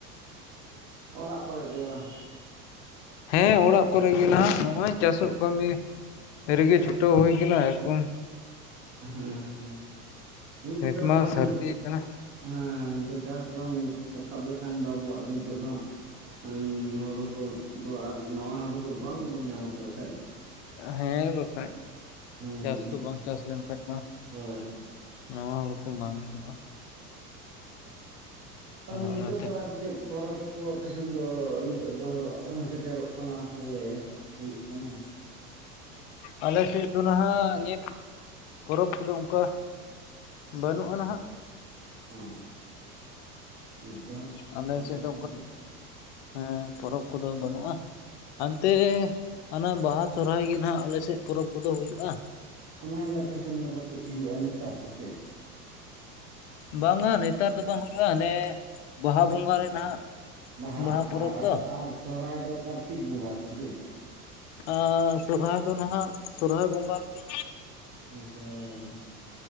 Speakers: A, on the right; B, on the left.
A: ᱚᱲᱟᱜ ᱠᱚᱨᱮ ᱜᱮ ᱵᱟᱝ
B: ᱦᱮᱸ ᱚᱲᱟᱜ ᱠᱚᱨᱮ ᱜᱮ ᱱᱟᱦᱟᱜ ᱱᱚᱜᱼᱚᱭ ᱪᱟᱥᱚᱜ ᱠᱟᱹᱢᱤ ᱮᱨᱜᱮ ᱪᱷᱩᱴᱟᱹᱣ ᱦᱩᱭ ᱠᱟᱱᱟ ᱮᱠᱚᱢ
A: ᱦᱮᱸ ᱦᱮᱸ ᱱᱤᱛ
B: ᱱᱮᱛ
A: ᱫᱚ
B: ᱢᱟ
A: ᱵᱟᱝ
B: ᱥᱟᱹᱨᱫᱤ ᱟᱠᱟᱱᱟ
A: ᱦᱮᱸ ᱱᱤᱛᱚᱜ ᱪᱟᱥ ᱵᱟᱝ ᱨᱟᱠᱟᱵ ᱞᱮᱠᱷᱟᱱ ᱫᱚ ᱟᱵᱚᱣᱟᱜ ᱫᱚ ᱱᱤᱛᱚᱜ ᱫᱚ ᱦᱟᱸᱜ ᱦᱩᱸ ᱦᱩᱲᱩ ᱠᱚᱫᱚ ᱟᱨ ᱱᱟᱣᱟ ᱦᱩᱲᱩ ᱠᱚᱫᱚ ᱵᱟᱝᱵᱚᱱ ᱧᱟᱢᱟ ᱥᱮ ᱵᱟᱠᱷᱟᱭ
B: ᱦᱮᱸ ᱵᱟᱠᱷᱟᱭ
A: ᱦᱮᱸ
B: ᱪᱟᱥ ᱠᱚ ᱵᱟᱝ ᱪᱟᱥ ᱞᱮᱱᱠᱷᱟᱭ ᱢᱟ
A: ᱦᱳᱭ
B: ᱱᱟᱶᱟ ᱦᱩᱲᱩ ᱠᱚ ᱵᱟᱝ ᱧᱟᱢᱚᱜᱼᱟ
A: ᱛᱟᱦᱚᱞᱮ
B: ᱟᱫᱚ
A: ᱱᱤᱛᱚᱜ
B: ᱚᱱᱟᱛᱮ
A: ᱫᱚ ᱟᱨ ᱪᱮᱫ ᱯᱚᱨᱚᱵᱽ ᱠᱚ ᱟᱯᱮᱥᱱ ᱫᱚ ᱱᱤᱛᱚᱜ ᱫᱚ ᱥᱮᱴᱮᱨᱚᱜ ᱠᱟᱱᱟ ᱥᱮ ᱦᱩᱭᱩᱜ ᱠᱟᱱᱟ
B: ᱟᱞᱮ ᱥᱮᱫ ᱫᱚ ᱦᱟᱸᱜ ᱱᱤᱛ ᱯᱚᱨᱚᱵᱽ ᱠᱚᱫᱚ ᱚᱱᱠᱟ ᱵᱟᱹᱱᱩᱜᱼᱟ ᱱᱟᱦᱟᱜ
A: ᱦᱚᱸ ᱱᱤᱛ ᱫᱚ
B: ᱟᱞᱮ
A: ᱚᱱᱠᱟ
B: ᱥᱮᱫ ᱫᱚ
A: ᱠᱟᱱ ᱜᱮ
B: ᱦᱮᱸ ᱯᱚᱨᱚᱵᱽ ᱠᱚᱫᱚ ᱵᱟᱹᱱᱩᱜᱼᱟ ᱦᱟᱱᱛᱮ ᱦᱟᱱᱟ ᱵᱟᱦᱟ ᱥᱚᱨᱚᱦᱟᱭ ᱜᱮ ᱱᱟᱦᱟᱜ ᱟᱞᱮᱥᱮᱫ ᱯᱚᱨᱚᱵᱽ ᱠᱚᱫᱚ ᱦᱩᱭᱩᱜᱼᱟ
A: ᱚᱱᱟᱜᱮ ᱟᱯᱮᱥᱮᱱ ᱫᱚ ᱠᱟᱹᱴᱤᱡ ᱦᱩᱭᱩᱜᱼᱟ ᱱᱮᱛᱟᱨ ᱫᱚ ᱥᱮ ᱪᱮᱫ
B: ᱵᱟᱝᱼᱟ ᱱᱮᱛᱟᱨ ᱫᱚ ᱵᱟᱝ ᱦᱩᱭᱩᱜᱼᱟ ᱦᱟᱱᱮ ᱵᱟᱦᱟ ᱵᱚᱸᱜᱟ ᱨᱮ ᱱᱟᱦᱟᱜ
A: ᱵᱟᱦᱟ
B: ᱯᱚᱨᱚᱵᱽ
A: ᱟᱨ ᱟᱥᱟ
B: ᱫᱚ
A: ᱥᱚᱦᱟᱨᱟᱭ ᱫᱚ ᱠᱟᱨᱛᱤᱠ ᱵᱚᱸᱜᱟ ᱥᱮ ᱛᱤᱥ
B: ᱟᱨ ᱥᱚᱨᱚᱦᱟᱭ ᱫᱚ ᱱᱟᱦᱜ ᱥᱚᱨᱚᱦᱟᱭ ᱵᱚᱸᱜᱟ ᱨᱮᱜᱮ
A: ᱦᱮᱸ ᱥᱚᱦᱚᱨᱟᱭ ᱵᱚᱜᱟ